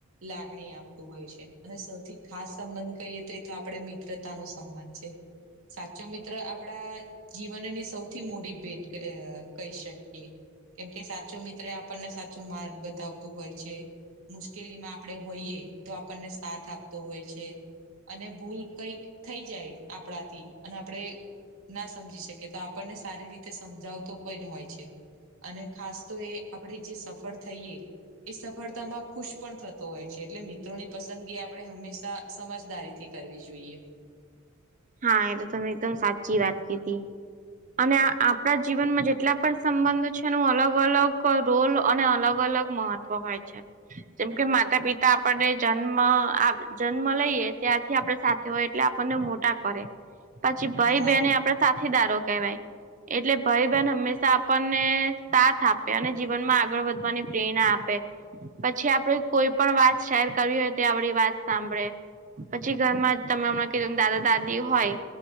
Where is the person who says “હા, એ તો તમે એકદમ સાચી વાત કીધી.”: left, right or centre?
Right